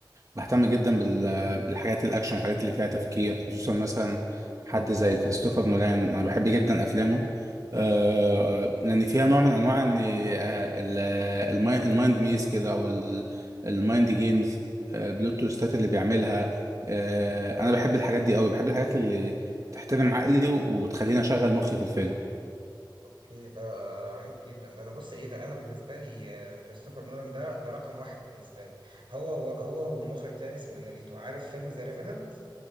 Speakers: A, on the right (about 40°); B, on the right (about 90°).
A: وبهتم جدا بال... بالحاجات الاكشن الحاجات اللي فيها تفكير خصوصا مثلا حد زي كريستوفر نولان انا بحب جدا افلامه آه لان فيها نوع من انواع ان آه، ال- الماي- المايند ميز كده او ال- المايند جيمز آه، بلوت تويستات اللي بيعملها آه انا بحب الحاجات دي قوي بحب الحاجات اللي تحترم عقلي وتخليني اشغل مخي في الفيلم
B: أوكي ده رهيب جدا ده أنا بص إيه ده أنا بالنسبة لي آه، كريستوفر نولان ده ده رقم واحد بالنسبة لي هو هو ومخرج تاني اسمه إنريتو عارف فيلم ذا ريفننت؟